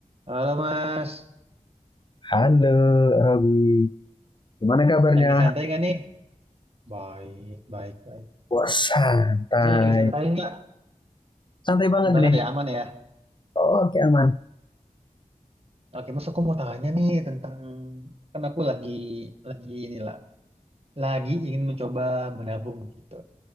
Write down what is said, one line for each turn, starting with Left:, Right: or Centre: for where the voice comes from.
Right: Halo Mas,
Left: Halo Robi, gimana kabarnya?
Right: lagi santai nggak nih? Baik, baik, baik.
Left: Wah santai,
Right: Masnya lagi santai nggak?
Left: santai banget
Right: Bener banget
Left: nih.
Right: ya, aman ya.
Left: Oke aman.
Right: Oke Mas, aku mau tanya nih tentang kan aku lagi lagi inilah, lagi ingin mencoba menabung gitu.